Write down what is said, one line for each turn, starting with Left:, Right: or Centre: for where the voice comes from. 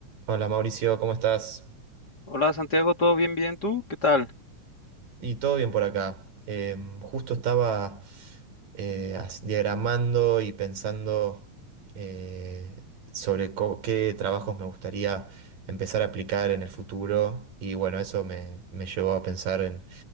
Right: Hola Mauricio, ¿cómo estás?
Left: Hola Santiago, ¿todo bien, bien? ¿Tú qué tal?
Right: Y todo bien por acá. Em, justo estaba eh, as- diagramando y pensando eh, sobre co- qué trabajos me gustaría empezar a aplicar en el futuro. Y bueno, eso me, me llevó a pensar en,